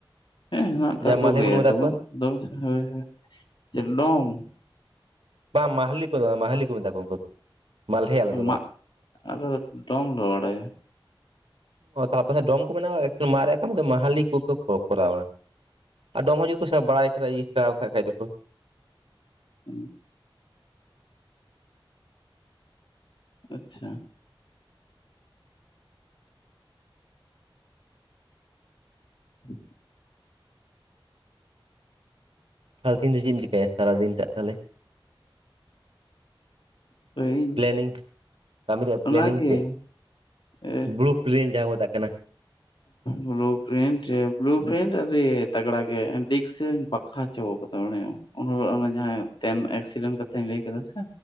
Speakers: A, on the left; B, on the right.
A: ᱦᱮᱸ ᱦᱮᱱᱟᱜ
B: ᱡᱟᱦᱟᱸ
A: ᱠᱟᱜ
B: ᱢᱟᱞᱦᱮ
A: ᱠᱚ ᱜᱮᱭᱟ
B: ᱵᱚᱱ ᱢᱮᱛᱟ
A: ᱫᱚᱢᱮ
B: ᱠᱚᱣᱟ
A: ᱫᱚᱢᱮ ᱦᱳᱭ ᱪᱮᱫ ᱰᱚᱢ?
B: ᱵᱟᱝ ᱢᱟ ᱦᱟᱞᱤ ᱠᱚ ᱢᱟᱦᱟᱞᱤ ᱠᱚ ᱢᱮᱛᱟ ᱠᱚᱣᱟ ᱩᱱᱠᱩ ᱫᱚ ᱢᱟᱞᱦᱮ ᱟᱞᱮ ᱫᱚ᱾
A: ᱢᱟᱜ ᱟᱞᱮ ᱫᱚ ᱫᱚᱢ ᱞᱮ ᱵᱟᱲᱟᱭᱟ᱾
B: ᱚ ᱛᱟᱨᱯᱚᱨᱮ ᱰᱚᱢ ᱠᱚ ᱢᱮᱱᱟ ᱮᱠᱫᱚᱢ ᱢᱟᱜ ᱨᱮᱭᱟᱜ ᱠᱟᱹᱢᱤ ᱠᱚ ᱢᱟᱦᱟᱞᱤ ᱠᱚ ᱠᱚ ᱠᱚᱨᱟᱣᱟ᱾ ᱟᱨ ᱰᱚᱢ ᱦᱚᱸ ᱡᱚᱫᱤ ᱠᱚ ᱥᱟᱵ ᱵᱟᱲᱟᱭ ᱤᱭᱟᱹ ᱥᱮᱸᱲᱟ ᱠᱷᱟᱡ ᱫᱚᱠᱚᱼᱼ
A: <unintelligible> ᱟᱪᱪᱷᱟ <unintelligible>
B: ᱛᱟᱦᱚᱞᱮ ᱛᱤᱦᱤᱧ ᱫᱟ ᱪᱮᱫ ᱮᱢ ᱪᱮᱠᱟᱭᱟ ᱥᱟᱨᱟᱫᱤᱱ ᱴᱟᱜ ᱛᱟᱦᱟᱞᱮ?
A: ᱛᱚ ᱤᱧ
B: ᱯᱞᱮᱱᱤᱝ ᱠᱟᱹᱢᱤ ᱨᱮᱭᱟᱜ
A: ᱚᱱᱟᱜᱮ
B: ᱯᱞᱮᱱᱤᱝ ᱪᱮᱫ?
A: ᱮ
B: ᱵᱞᱩ ᱯᱨᱤᱱ ᱡᱟᱦᱟᱸ ᱠᱚ ᱢᱮᱛᱟᱜ ᱠᱟᱱᱟ᱾ <unintelligible>
A: ᱵᱞᱩ ᱯᱨᱤᱱᱴ ᱵᱞᱩ ᱯᱨᱤᱱᱴ ᱟᱹᱰᱤ ᱛᱟᱜᱲᱟ ᱜᱮ ᱰᱤᱠᱥ ᱥᱮᱧ ᱵᱟᱸᱠᱟ ᱦᱚᱪᱟ ᱟᱠᱟᱫᱟ ᱵᱟᱲᱟᱭᱟᱢ? ᱦᱳ ᱚᱱᱮ ᱡᱟᱦᱟᱸ ᱛᱮᱱ ᱮᱠᱥᱤᱰᱮᱱᱴ ᱠᱟᱛᱷᱟᱧ ᱞᱟᱹᱭ ᱠᱮᱫᱟ ᱥᱮ